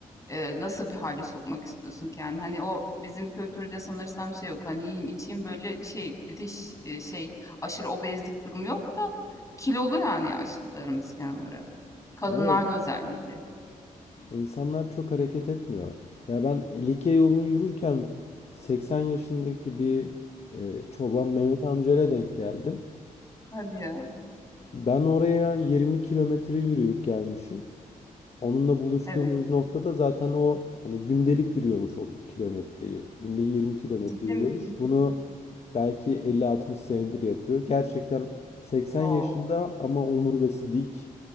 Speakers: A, on the left; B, on the left.
A: e, nasıl bir hale sokmak istiyorsun ki yani? Hani o bizim kültürde sanırsam şey yok. Hani yiyeyim içeyim böyle şey bir de ş- e, şey aşırı obezlik durumu yok Kilolu yani yaşlılarımız genel olarak. Kadınlarda
B: Evet,
A: özellikle.
B: İnsanlar çok hareket etmiyor. Ya ben Likya yolunu yürürken 80 yaşındaki bir e, çoban Mehmet amcayla denk geldim.
A: Hadi ya.
B: Ben oraya 20 kilometre yürüyüp gelmişim. Onunla buluştuğumuz
A: Evet.
B: noktada zaten o hani gündelik yürüyormuş o kilometreyi. Günde 20 kilometre
A: Ciddi
B: yürüyormuş.
A: misin?
B: Bunu belki 50-60 senedir yapıyor. Gerçekten 80
A: Wow.
B: yaşında ama omurgası dik.